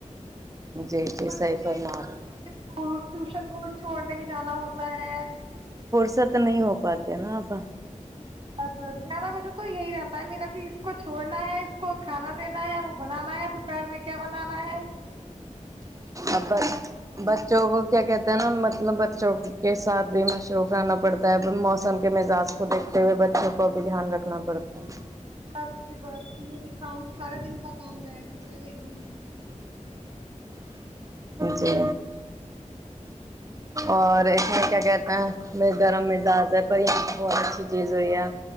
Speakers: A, on the right (about 25°); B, on the right (about 40°).
A: جی
B: اوپر
A: جی
B: سے
A: سیفر محول
B: اسکول ٹیوشن کو چھوڑنے بھی جانا ہوتا ہے
A: فرصت نہیں ہو پاتی نا آپ
B: بس بس گیارہ بجے تو یہی رہتا ہے میرا کہ اس کو چھوڑنا ہے اس کو کھانا دینا ہے وہ بنانا ہے دوپہر میں کیا بنانا ہے
A: ا بچوں کو کیا کہتے ہیں نا مطلب بچوں کے ساتھ بھی مصروف رہنا پڑتا ہے موسم کے مزاج کو دیکھتے ہوئے بچوں کو بھی دھیان رکھنا پڑتا ہے
B: بس ج بس یہی کام سارا دن کا کام رہ تھ ہے ہی ہم
A: جی اور اس میں کیا کہتے ہیں م گرم مزاج ہے پر یہاں پہ بہت اچھی چیز ہوئی ہے